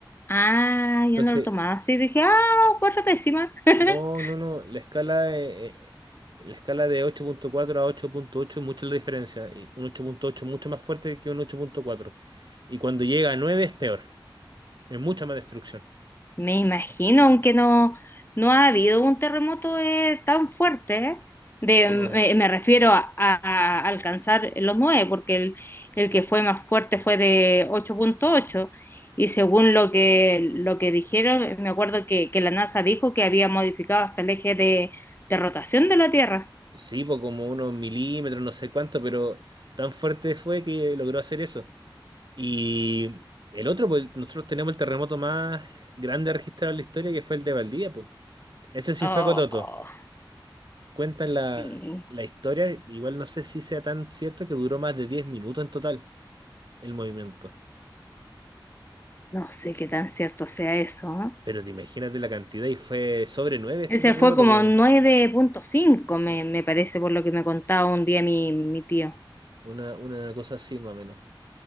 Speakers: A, on the left; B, on the right.
A: Ah, yo
B: Entonces,
A: no lo tomaba así. Dije, ah, cuatro décimas. <laughs>
B: no, no, no, la escala, eh, eh, la escala de 8.4 a 8.8 es mucho la diferencia. y un 8.8 es mucho más fuerte que un 8.4. Y cuando llega a 9 es peor, es mucha más destrucción.
A: Me imagino, aunque no, no ha habido un terremoto eh, tan fuerte, ¿eh? de,
B: No,
A: me, me refiero a, a a alcanzar los nueve, porque el, el que fue más fuerte fue de ocho punto ocho y según lo que, lo que dijeron, me acuerdo que, que la NASA dijo que había modificado hasta el eje de, de rotación de la Tierra.
B: sí, por como unos milímetros, no sé cuánto, pero tan fuerte fue que logró hacer eso. Y el otro, pues nosotros tenemos el terremoto más grande registrado en la historia, que fue el de Valdivia, pues. Ese sí
A: Oh,
B: fue cototo. cuentan la,
A: sí.
B: la historia, igual no sé si sea tan cierto que duró más de 10 minutos en total el movimiento.
A: No sé qué tan cierto sea eso. ¿no?
B: Pero te imagínate la cantidad y fue sobre 9 este
A: Ese
B: terremoto,
A: fue como nueve punto cinco me,
B: po. U-
A: me parece, por lo que me contaba un día mi, mi tío.
B: Una, una cosa así más o menos.